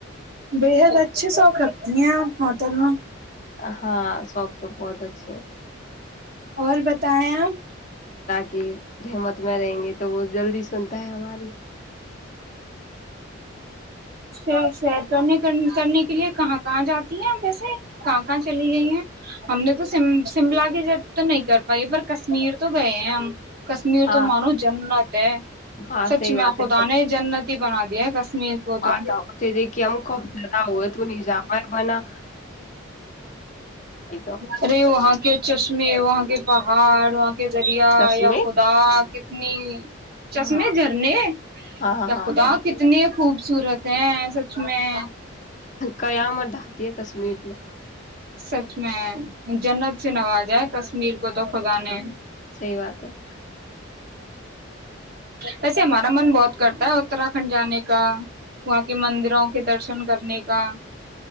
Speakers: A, on the right; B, on the left.
A: بےحد اچھی سوق رکھتی ہیں آپ ہوٹل میں
B: ہاں شک تو بہت اچ
A: اور بتائیں آپ
B: کہ ہممت میں رہیں گے تو وہ جلدی سنتا ہے ہماری
A: سیرنے کرنے کے لیے کہاں کہاں جاتی ہیں ہم ویسے کہاں کہاں چلی گئی ہیں ہم نے تو شملا کی ج تو نہیں کر بی پر کشمیر تو گئے ہیں ہم کشمیر
B: ہاں
A: تو مانو جنت ہے
B: ہاں
A: سچ
B: صحیح
A: میں
B: بات
A: خدا
B: ہے
A: نے جنت ہی بنا دیا ہے کشمیر کو
B: بات
A: تو
B: تھے دیکھیے ہم خوب زیادہ ہوئے تو ن جاامہ ہے بنا تو
A: ارے وہاں کے چشمے وہاں کے پہاڑ واں <unintelligible> کے ذریعہ
B: چشمے
A: یا خدا کتنی چشمے
B: ہاں
A: جھرنے
B: ہاں
A: یا
B: ہاں ہاں
A: خدا
B: ہاں
A: کتنی خوبصورت ہیں سچ میں
B: قیا میں ڈھاتی ہے کشمیر میں
A: سچ میں جنت سے نواجائے کشمیر کو تو خدا
B: ہاں
A: نے
B: سی بات ہے <unintelligible>
A: ویسے ہمارا من بہت کرتا ہے اتراکھنڈ جانے کا کا وہاں کے مندروں کے درشن کرنے کا